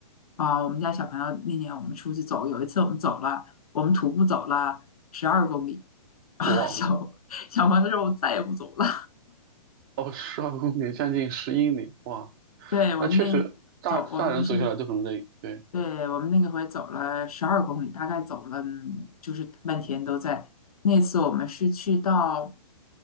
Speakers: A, on the left; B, on the right.
A: 啊，我们家小朋友那年我们出去走，有一次我们走了，我们徒步走了十二公里啊，
B: 哇
A: <laughs> 小小朋友说我再也不走了。
B: 哦，十二公里将近十英里，哇，
A: 对，我们那走，
B: 那确实大大人走下来都很累，
A: 我们是，
B: 对，
A: 对，我们那个回走了十二公里，大概走了嗯就是半天都在。那次我们是去到。